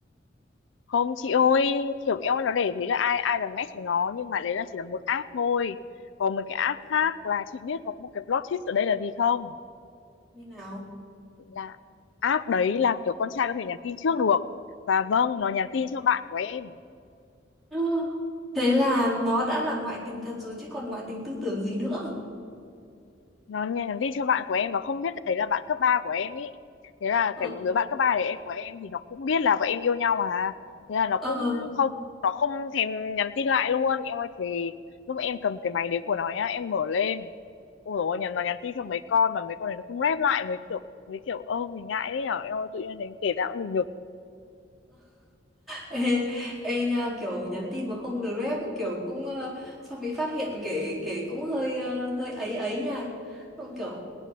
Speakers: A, on the left (about 75°); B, in the centre.
A: không chị ơi kiểu em nó để thế là ai ai là match của nó nhưng mà đấy là chỉ là một app thôi còn một cái app
B: Ừ,
A: khác là chị biết có một cái plot twist ở đây là gì không
B: Như nào?
A: là app đấy là kiểu con trai có thể nhắn tin trước được và vâng nó nhắn tin cho bạn của em
B: Ừ. Thế là nó đã là ngoại tình thật rồi chứ còn ngoại tình tư tưởng gì nữa.
A: nó nhắn tin cho bạn của em nó không biết đấy là bạn cấp 3 của em ý thế là
B: Ừ.
A: cái đứa bạn cấp 3 đấy em của em thì nó cũng biết là bọn em yêu nhau mà thế là nó
B: ừ.
A: cũng không nó không thèm nhắn tin lại luôn em ơi thì lúc em cầm cái máy đấy của nó nhá em mở lên ôi dồi ôi, nhắn nó nhắn tin cho mấy con mà mấy con này nó không rep lại mấy kiểu mấy kiểu ơ mình ngại đấy nhở em ơi tự nhiên đến kể ra cũng nhục nhục
B: Ê, ê nha kiểu nhắn tin mà không được rep kiểu cũng ờ, xong bị phát hiện kể kể cũng hơi ờ, hơi ấy ấy nha xong kiểu